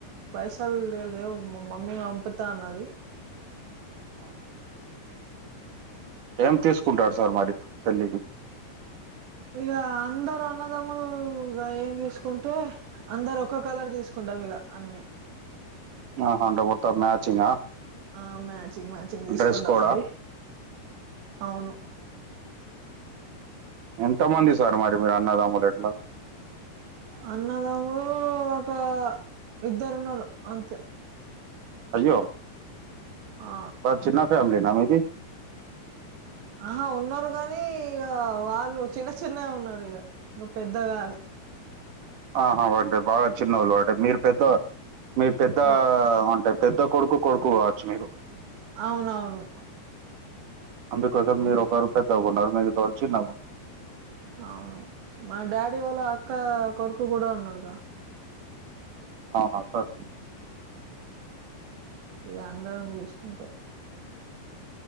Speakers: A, on the right (about 80°); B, on the right (about 55°).
A: పైసలు లే లేవు మా మమ్మీ పంపుతా అన్నది.
B: ఆహా. ఏం తీసుకుంటారు సార్ మరి పెళ్ళికి.
A: ఇగ అందరు అన్నదమ్ములు ఇగ ఏం తీసుకుంటే. అందరు ఒక్క కలర్ తీసుకుంటాం ఇగ అన్ని.
B: ఆహా అంటే మొత్తం మ్యాచింగా.
A: ఆ మ్యాచింగ్ మ్యాచింగ్ తీసుకుంటామండి
B: డ్రెస్ కోడా
A: అవును.
B: ఎంత మంది సార్ మరి మీరు అన్నదమ్ములు ఎట్లా.
A: అన్నదమ్ములు ఒక ఇద్దరు ఉన్నారు అంతే.
B: అయ్యో.
A: ఆ.
B: బట్ చిన్న ఫ్యామిలీ నా మీది.
A: ఆహా ఉన్నారు గానీ ఇగ వాళ్ళు చిన్న చిన్న ఉన్నారు ఇగ ఇంకా పెద్దగాలే.
B: ఆహా అంటే బాగా చిన్నోళ్ళు అంటే మీరు పెద్ద మీ పెద్ద
A: అవు
B: అంటే. పెద్ద కొడుకు కొడుకు కావచ్చు మీరు
A: అవునవును
B: అందుకోసం మీరు ఒకరు పెద్దగున్నారు మిగతావాళ్ళు చిన్న ఉన్నా
A: అవును మా డాడీ వాళ్ళ అక్క కొడుకు కూడా ఉన్నాడుగా
B: అవునా సార్
A: అవును ఇగ అందరం తీసుకుంటే